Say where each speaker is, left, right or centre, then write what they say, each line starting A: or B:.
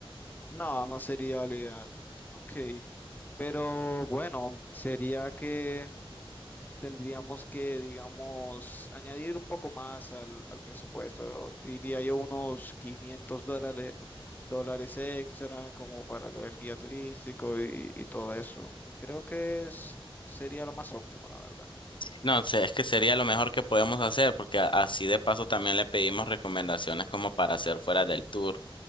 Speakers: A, on the left (about 20°); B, on the left (about 60°).
A: No, no sería lo ideal. Ok, pero bueno, sería que tendríamos que, digamos, añadir un poco más al, al presupuesto. Diría yo unos 500 dólares, dólares extra como para lo del guía turístico y, y todo eso. Creo que es- sería lo más óptimo, la verdad.
B: No, sé, es que sería lo mejor que podemos hacer porque a- así de paso también le pedimos recomendaciones como para hacer fuera del tour.